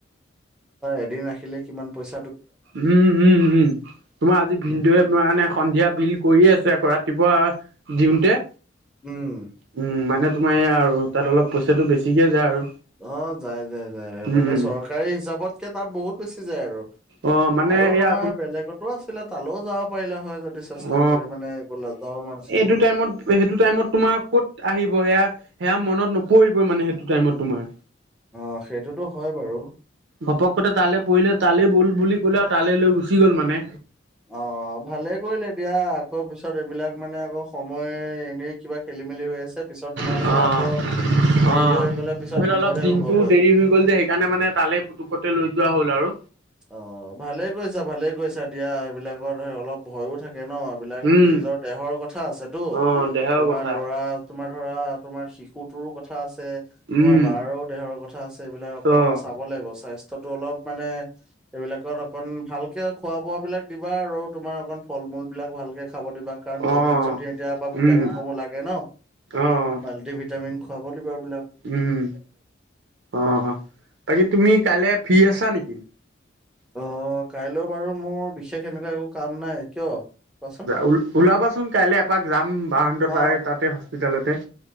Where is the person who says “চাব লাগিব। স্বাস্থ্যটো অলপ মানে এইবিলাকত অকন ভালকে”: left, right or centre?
Centre